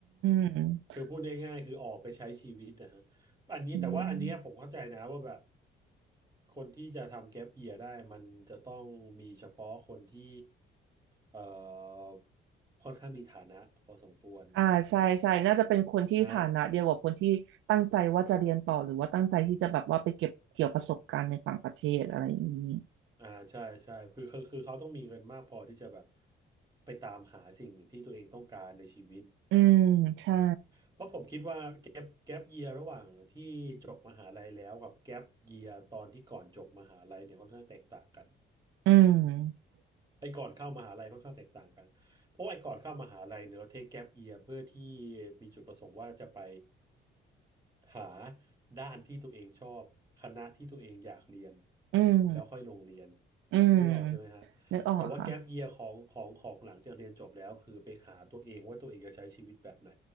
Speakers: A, on the right; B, on the right.
A: ม
B: คือพูดง่ายๆคือออกไปใช้ชีวิตนะฮะอันนี้แต่ว่าอันเนี้ยผมเข้าใจนะว่าแบบ
A: อืม
B: คนที่จะทำแก๊ปเยียได้มันจะต้องมีเฉพาะคนที่เอ่อค่อนข้างมีฐานะพอสมควร
A: อ่าใช่ใช่น่าจะเป็นคนที่ฐานะเดียวกับคนที่ตั้งใจว่าจะเรียนต่อหรือว่าตั้งใจที่จะแบบว่าไปเก็บเกี่ยวประสบการณ์ในต่างประเทศอะไรอย่างนี้
B: อ่า อ่าใช่ใช่คือคือคือเขาต้องมีเงินมากพอที่จะแบบไปตามหาสิ่งที่ตัวเองต้องการในชีวิต
A: อืมใช่
B: เพราะผมคิดว่าแก๊ปแก๊ปเยียระหว่างที่จบมหาลัยแล้วกับแก๊ปเยียตอนที่ก่อนจบมหาลัยเนี่ยค่อนข้างแตกต่างกัน
A: อืม
B: ไอ้ก่อนเข้ามหาลัยค่อนข้างแตกต่างกันเพราะว่าไอ้ก่อนเข้ามหาลัยเนี่ยเราเทคแก๊ปเยียเพื่อที่มีจุดประสงค์ว่าจะไป หาด้านที่ตัวเองชอบคณะที่ตัวเองอยากเรียน
A: อืม
B: แล้วค่อยลงเรียน
A: อืม
B: นึกออกใช่ไหมฮะ
A: นึกออกค่ะ
B: แต่ว่าแก๊ปเยียของของของหลังจากเรียนจบแล้วคือไปหาตัวเองว่าตัวเองจะใช้ชีวิตแบบไหน